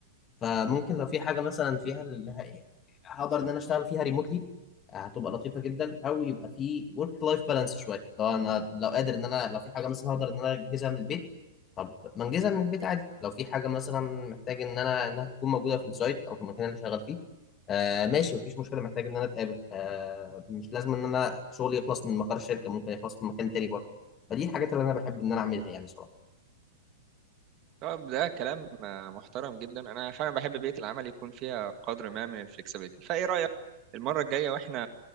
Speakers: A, on the left; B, on the right.
A: فممكن لو في حاجه مثلا فيها ال- ه- هقدر ان انا اشتغل فيها ريموتلي هتبقى لطيفه جدا او يبقى في ورك لايف بالانس شويه لو انا لو قادر ان انا لو في حاجه مثلا هقدر ان انا انجزها من البيت طب ما انجزها من البيت عادي لو في حاجه مثلا محتاج ان انا انها تكون موجوده في السايت او في المكان اللي شغال فيه آه ماشي مفيش مشكله محتاج ان انا اتقابل آه مش لازم ان انا شغلي يخلص من مقر الشركه ممكن يخلص من مكان تاني برضه فدي الحاجات اللي انا بحب ان انا اعملها يعني صراحه
B: طب ده كلام آه، محترم جدا انا فعلا بحب بيئه العمل يكون فيها قدر ما من الفلكسبيتي فايه رايك المره الجايه واحنا